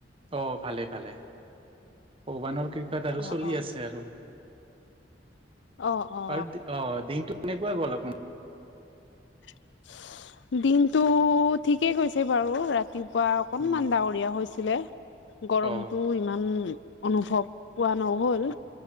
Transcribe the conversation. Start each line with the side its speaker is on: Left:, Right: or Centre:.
Right: অ ভালে ভালে ভগৱানৰ কৃপাত আৰু
Left: অ
Right: চলি
Left: অ
Right: আছে আৰু
Left: অ অ
Right: আৰু অ দিনটো এনেকুৱা গ'ল আপ
Left: <unintelligible> দিনটো ঠিকেই গৈছে বাৰু ৰাতিপুৱা অকনমান
Right: উম
Left: ডাৱৰীয়া হৈছিলে গৰমতটো
Right: অ
Left: ইমান অনুভৱ পোৱা নহল
Right: অ